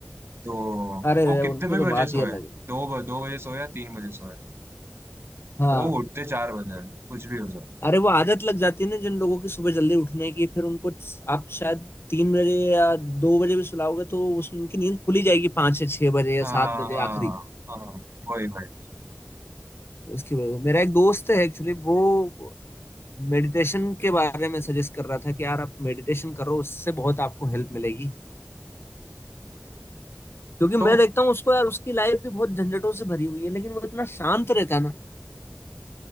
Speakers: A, on the right (about 80°); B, on the left (about 75°).
A: तो
B: अरे रे,
A: वो कितने
B: उनकी तो
A: भी बजे
B: बात ही
A: सोए
B: अलग है
A: दो ब- दो बजे सोए या तीन बजे सोए
B: हाँ
A: वो उठते चार बजे हैं, कुछ भी हो जाए
B: अरे वो आदत लग जाती है ना जिन लोगों की सुबह जल्दी उठने की फिर उनको आप शायद तीन बजे या दो बजे भी सुलाओगे तो उस उनकी नींद खुली जाएगी पाँच या छह बजे या
A: हाँ
B: सात बजे
A: हाँ
B: आखिरी
A: हाँ हाँ, वही भाई
B: इसकी वजह से मेरा एक दोस्त है एक्चुअली वो मेडिटेशन के बारे में सजेस्ट कर रहा था कि यार आप मेडिटेशन करो उससे बहुत आपको हेल्प मिलेगी क्योंकि
A: तो
B: मैं देखता हूँ उसको यार उसकी लाइफ भी बहुत झंझटों से भरी हुई है लेकिन वो इतना शांत रहता है ना